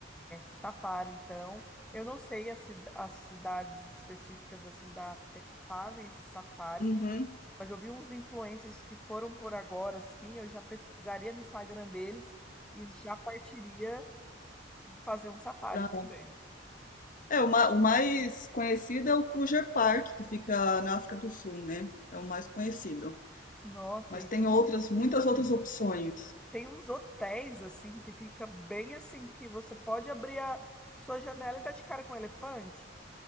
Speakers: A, in the centre; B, on the left (about 45°).
A: safari, então. Eu não sei as, ci- as cidades específicas assim da África que fazem esse safari,
B: Uhum.
A: mas eu vi uns influencers que foram por agora, assim, eu já pesquisaria no Instagram deles e já partiria fazer um safari
B: Pra-
A: também.
B: É, o, ma- o mais conhecido é o Kruger Park, que fica na África do Sul, né? É o mais conhecido.
A: Nossa,
B: Mas
A: e
B: tem
A: tem
B: outras,
A: um,
B: muitas outras opções.
A: Tem uns hotéis, assim, que fica bem assim, que você pode abrir a sua janela e dar de cara com um elefante.